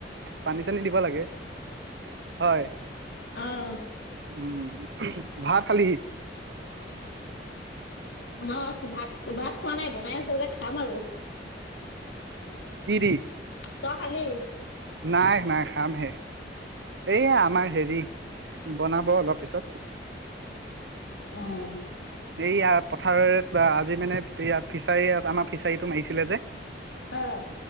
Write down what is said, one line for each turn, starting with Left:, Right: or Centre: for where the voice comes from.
Right: পানী-চানী দিব লাগে, হয়।
Left: অ
Right: উম, ভাত খালি?
Left: <inaudible> <unintelligible> ভাত, ভাত খোৱা নাই, বনাই আছে যে, খাম আৰু
Right: কি দি?
Left: তই খালি?
Right: নাই, নাই, খামহে। এই আমাৰ হেৰি, বনাব অলপ পিছত
Left: অ'।
Right: এইয়া পথাৰৰে থোৱা, আজি মানে এইয়া ফিছাৰী, আমাৰ ফিছাৰীটো মাৰিছিল যে
Left: অ'।